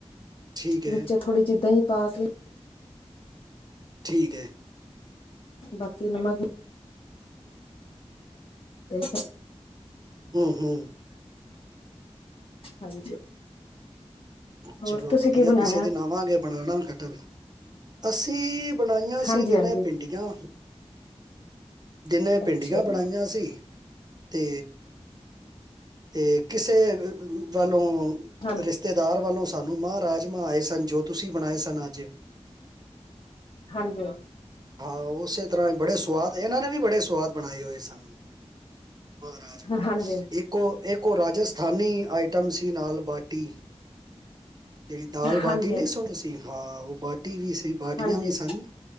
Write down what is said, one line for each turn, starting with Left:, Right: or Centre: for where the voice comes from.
Right: ਠੀਕ ਹੈ
Left: ਵਿੱਚ ਥੋੜ੍ਹੀ ਜਿਦਾਂ ਹੀ ਪਾ ਕੇ
Right: ਠੀਕ ਹੈ।
Left: ਬਾਕੀ ਨਮਕ ਤੇ
Right: ਹਮ ਹਮ
Left: ਹਾਂਜੀ ਹੋਰ
Right: ਚਲੋ
Left: ਤੁਸੀਂ
Right: ਵਧੀਆ
Left: ਕੀ ਬਣਾਇਆ
Right: ਕਿਸੇ ਦਿਨ ਆਵਾਂਗੇ ਬਣਾਉਣਾ ਕਟਲ ਅਸੀਂ ਬਣਾਈਆਂ
Left: ਹਾਂਜੀ
Right: ਸੀ ਦਿਨੇ
Left: ਹਾਂਜੀ
Right: ਪਿੰਡੀਆਂ ਦੀਨੇ ਪਿੰਡੀਆਂ
Left: ਅੱਛਾ
Right: ਬਣਾਈਆਂ
Left: ਜੀ
Right: ਸੀ ਤੇ ਇਹ ਕਿਸੇ ਵੱਲੋਂ ਰਿਸ਼
Left: ਹਾਂਜੀ
Right: ਰਿਸ਼ਤੇਦਾਰ ਵੱਲੋਂ ਸਾਨੂੰ ਮਹ ਰਾਜਮਾਂ ਆਏ ਸਨ ਜੋ ਤੁਸੀਂ ਬਣਾਏ ਸਨ ਅੱਜ
Left: ਹਾਂਜੀ
Right: ਹਾਂ ਉਸੇ ਤਰ੍ਹਾਂ ਹੀ ਬੜੇ ਸੁਵਾਦ ਇਹਨਾਂ ਨੇ ਵੀ ਬੜੇ ਸੁਵਾਦ ਬਣਾਏ ਹੋਏ ਸਾਨੂੰ ਮਾਹ ਰਾਜਾਮਾ
Left: ਹਾਂਜੀ ਹਾਂਜੀ
Right: ਇੱਕ ਉਹ ਇੱਕ ਉਹ ਰਾਜਸਥਾਨੀ ਆਈਟਮ ਸੀ ਨਾਲ ਬਾਟੀ ਜਿਹੜੀ ਦਾਲ ਬਾਟੀ
Left: ਹਾਂਜੀ
Right: ਨਹੀਂ ਸੁਣੀ ਸੀ ਹਾਂ ਉਹ ਬਾਟੀ ਵੀ ਸੀ ਬਾਟੀਆਂ
Left: ਹਾਂਜੀ
Right: ਵੀ ਸਨ।